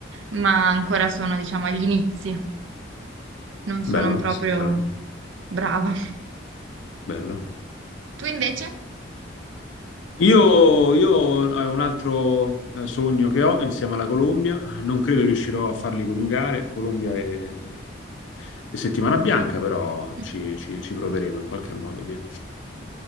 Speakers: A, on the right; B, on the left.
A: ma ancora sono, diciamo, agli inizi, non sono
B: Bello,
A: proprio
B: bello,
A: brava.
B: bello.
A: Tu invece?
B: Io, io è un altro eh, sogno che ho insieme alla Colombia, non credo riuscirò a farli coniugare, Colombia e, e- e Settimana Bianca, però
A: È
B: ci, ci- ci proveremo in qualche modo, via.